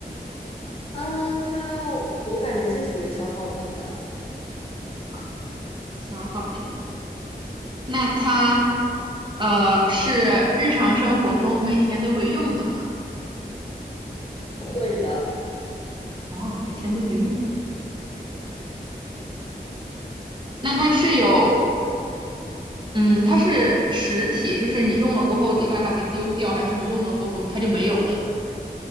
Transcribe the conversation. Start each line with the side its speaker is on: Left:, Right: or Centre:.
Left: 嗯，它我感觉是属于消耗品的，
Right: 好，消耗品。那它呃是日常生活中每天都会用的吗？
Left: 会的。
Right: 哦，每天都会用。那它是有嗯，它是实体，就是你用了过后得把它给丢掉，还是你用了过后它就没有了